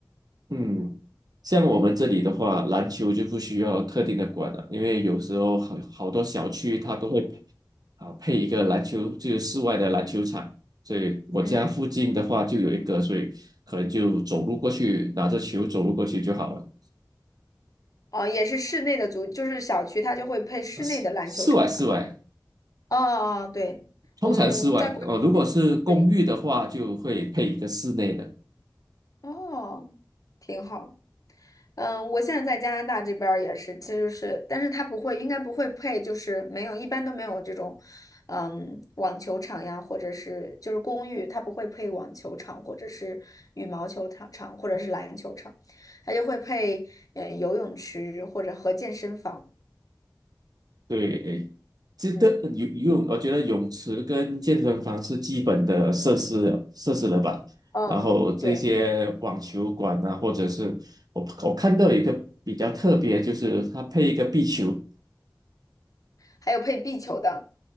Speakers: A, on the right; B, on the left.
A: 嗯，像我们这里的话，
B: 嗯
A: 篮球就不需要特定的馆了，因为有时候好好多小区它都会配啊配一个篮球，就是室外的篮球场。所以我家附近的话就有一个，
B: 嗯，
A: 所以可能就走路过去，拿着球走路过去就好了。
B: 哦，也是室内的足，就是小区它就会配室内的篮球场嘛。
A: 室室外室外，
B: 哦哦，对，
A: 通常室外，
B: 我我们在国
A: 呃，如果是公寓的话，
B: 对，
A: 就会配一个室内的。
B: 哦，挺好。嗯，我现在在加拿大这边儿也是，其实是，但是他不会，应该不会配，就是没有，一般都没有这种，嗯，网球场呀，或者是就是公寓，它不会配网球场，或者是羽毛球场场，或者是篮球场，它就会配呃游泳池或者和健身房。
A: 对，诶，这个游游泳，
B: 嗯，
A: 我觉得泳池跟健身房是基本的设施了设施了吧。
B: 嗯嗯，
A: 然后这些网球馆啊，
B: 对，
A: 或者是我我看到有一个比较特别，就是它配一个壁球，
B: 还有配壁球的。